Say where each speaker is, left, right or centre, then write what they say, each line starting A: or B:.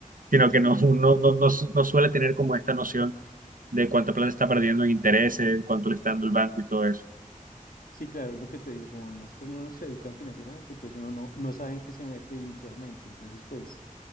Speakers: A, on the right; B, on the left.
A: sino que no,
B: Y
A: no, no, no, su- no suele tener como esta noción de cuánta plata está perdiendo en intereses, cuánto le está dando el banco y todo eso.
B: sí, claro, es lo que te digo, como nosotros no nos <laughs> educan financieramente, entonces uno no, no sabe en qué se mete inicialmente. Entonces, pues